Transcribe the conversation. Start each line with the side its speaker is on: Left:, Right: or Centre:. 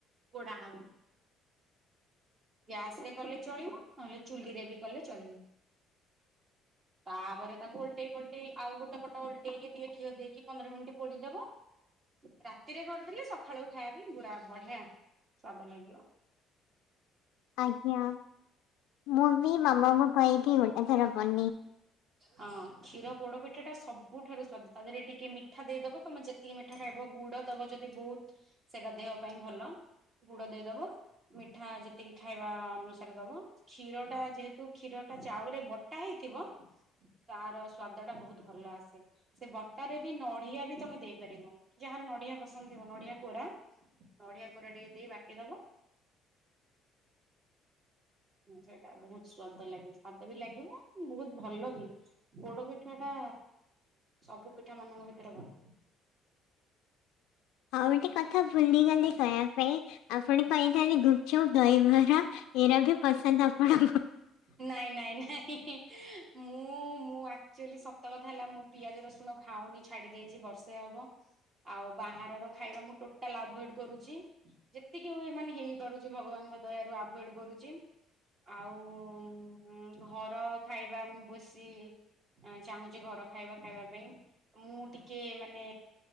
Right: ପୋଡା ହବ ଗ୍ୟାସ ରେ କଲେ ଚଳିବ ନହେଲେ ଚୁଲିରେ ବି କଲେ ଚଳିବ ତାପରେ ତାକୁ ଓଲଟେଇ ପୋଲଟେଇ ଆଉ ଗୋଟେ ପଟ ଉଲଟେଇକି ଟିକେ ଘିଅ ଦେଇକି ପନ୍ଦର ମିନିଟ ପୋଡିଦବ ରାତିରେ କରିଦେଲେ ସକାଳୁ ଖାଇବା ପାଇଁ ପୁର ବଢିଆ ସ୍ୱାଦ ଲାଗିବ
Left: ଆଜ୍ଞା ମୁଁ ବି ମାମାଙ୍କୁ କହିକି ଗୋଟେ ଥର ବନେ
Right: ହଁ କୀର ପୋଡ ପିଠ ପଠା ଟା ସବୁଠାରୁ ସ୍ଵାଦ ତା ଦେହରେ ଟିକେ ମିଠା ଦେଇଦବ ତମେ ଯେତିକି ମିଠା ଖାଇବ ଗୁଡ ଦବ ଯଦି ବହୁତ ସେଟା ଦେହ ପାଇଁ ଭଲ ଗୁଡ ଦେଇଦବ ମିଠା ଯେତିକି ଖାଇବା ଅନୁସାରେ ଦବ କ୍ଷୀର ଟା ଯେହେତୁ କ୍ଷୀର ଚାଉଳରେ ବଟା ହେଇଛି ଥିବ ତାର ସ୍ଵାଦ ଟା ବହୁତ ଭଲ ଆସେ ସେ ବଟା ରେ ବି ନଡ଼ିଆ ବି ତମେ ଦେଇ ପାରିବ ଯାହାର ନଡିଆ ପସନ୍ଦ ଥିବ ନଡିଆ କୋରା ନଡିଆ କୋରା ଟିକେ ଦେଇ ବାଟି ଦବ
Left: <inaudible>
Right: ସେଟା ବହୁତ ସ୍ଵାଦ ଲାଗିବ ସ୍ଵାଦ ବି ଲାଗିବ ବହୁତ ଭଲ ବି ପୋଡ ପିଠା ଟା ସବୁ ପିଠା ମାନଙ୍କ ଭିତରେ ଭଲ।
Left: <inaudible> ଆଉ ଗୋଟେ କଥା ଭୁଲିଗଲେ କହିବା ପାଇଁ ଆପଣ କହିଥାନ୍ତି ଗୁପଚପ ଦହିବରା ଏଇରା ବି ପସନ୍ଦ ଆପଣଙ୍କୁ
Right: ନାଇଁ ନାଇଁ ନାଇଁ ମୁଁ ମୁଁ ମୁଁ ଆକଚୁଆଲି ସତ କଥା ହେଲା ମୁଁ ପିଆଜ ରସୁଣ ଖାଉନି ଛାଡି ଦେଇଛି ବର୍ଷେ ହବ ଆଉ ବାହାରର ଖାଇବା ମୁଁ ଟୋଟାଲ ଆଭୋଏଡ କରୁଚି, ଯେତିକି ହୁଏ ମାନେ ହେଇପାରୁଚି ଭଗବାନ ଙ୍କ ଦୟାରୁ ଆଭୋଏଡ କରୁଚି ଆଉ
Left: <inaudible>
Right: ଉଁ ଘର ଖାଇବା ମୁଁ ବେଶୀ ଚାହୁଁଛି ଘର ଖାଇବା ଖାଇବା ପାଇଁ। ମୁଁ ଟିକେ ମାନେ